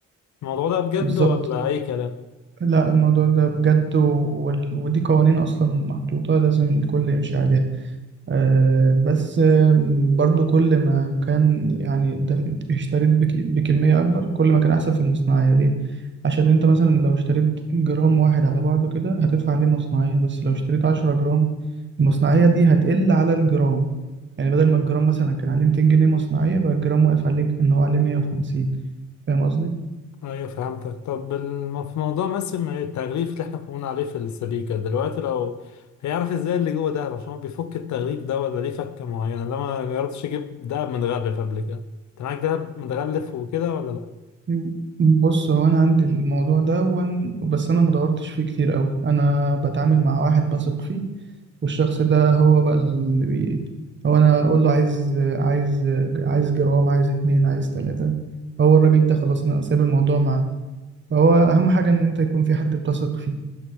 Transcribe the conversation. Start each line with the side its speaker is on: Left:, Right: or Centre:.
Left: الموضوع ده بجد
Right: بالظبط
Left: ولا أي كلام؟
Right: لا الموضوع ده بجد و... وال... ودي قوانين اصلا محطوطة لازم الكل يمشي عليها آه، بس آم، برضو كل ما كان يعني ده- اشتريت بك- بكمية أكبر كل ما كان أحسن في المصنعية ليه؟ عشان أنت مثلا لو اشتريت جرام واحد على بعضه كده هتدفع عليه مصنعية بس لو اشتريت عشرة جرام المصنعية دي هتقل على الجرام يعني بدل ما الجرام مثلا كان عليه 200 جنيه مصنعية بقى الجرام واقف عليك إن هو عليه 150 فاهم قصدي؟
Left: ايوه فهمتك طب الم- في موضوع مثل ما التغليف اللي احنا كنا بنقول عليه في السبيكة دلوقتي لو هيعرف ازاي اللي جوه دهب عشان هو بيفك التغليف ده ولا ليه فكة معينة انا ما جربتش اجيب دهب متغلف قبل كده انت معاك دهب متغلف وكده ولا لا
Right: مم. بص هو انا عندي الموضوع ده وأن- بس انا مدورتش فيه كتير قوي انا بتعامل مع واحد بثق فيه والشخص ده هو بقى اللي بي... هو انا اقول له عايز عايز عايز جرام عايز اتنين عايز تلاتة هو الراجل ده خلاص انا سايب الموضوع معاه فهو اهم حاجة ان انت يكون في حد بتثق فيه